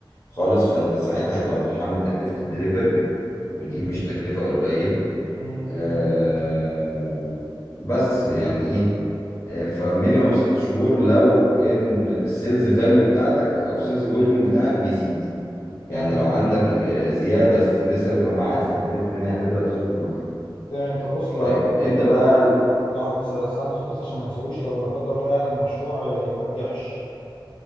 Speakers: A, on the left; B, on the left.
A: خالص فانت ساعتها هتبقى متحمل تكلفه الدليفري ودي مش تكلفة قليلة
B: امم
A: آه، بس يعني ايه آه، فمينيمم ست شهور لو ان السيلز فاليو بتاعتك او السيلز فوليوم بتاعك بيزيد يعني
B: تمام
A: لو عندك إن- آه، زيادة في نسب المبيعات فانت كده الدنيا هتبدأ تظبط معاك
B: تمام طب بص لو
A: طيب
B: لا قدر
A: انت
B: يعني
A: بقى ال-
B: لحظه بس بس عندي سؤال بس عشان ما نسويش لو لا قدر الله يعني المشروع إيه، ما نجحش